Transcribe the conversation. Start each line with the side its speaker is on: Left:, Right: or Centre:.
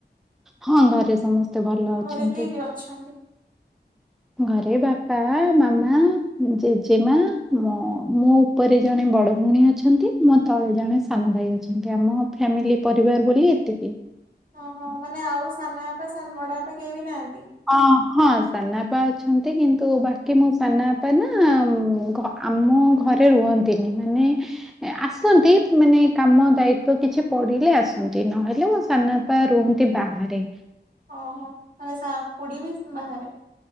Centre: ହଁ ଘରେ ସମସ୍ତେ ଭଲ
Right: ଘରେ
Centre: ଅଛନ୍ତି।
Right: କିଏ କିଏ ଅଛନ୍ତି?
Centre: ଘରେ ବାପା ମାମା ଜେଜେମା ମ ମୁଁ ଉପରେ ଜଣେ ବଡ଼ ଭଉଣୀ ଅଛନ୍ତି ମୋ ତଳେ ଜଣେ ସାନ ଭାଇ ଅଛନ୍ତି ଆମ ଫ୍ୟାମିଲି ପରିବାର ବୋଲି ଏତିକି।
Right: ଓ ହୋ ମାନେ ଆଉ ସାନ ବାପା ସାନ ବଡ ବାପା କେହି ବି ନାହାନ୍ତି?
Centre: ଅ ହଁ ସାନାପା ଅଛନ୍ତି କିନ୍ତୁ ବାକି ମୋ ସାନପା ନା ଆମ୍ ଘ ଆମ ଘରେ ରୁହନ୍ତିନି ମାନେ ଏ ଆସନ୍ତି ମାନେ କାମ ଦାୟିତ୍ଵ କିଛି ପଡିଲେ ଆସନ୍ତି ନହେଲେ ମୋ ସାନାପା ପା ରୁହନ୍ତି ବାହାରେ।
Right: ଓହୋ, ମାନେ ସା ଖୁଡ଼ିବି ବାହାରେ।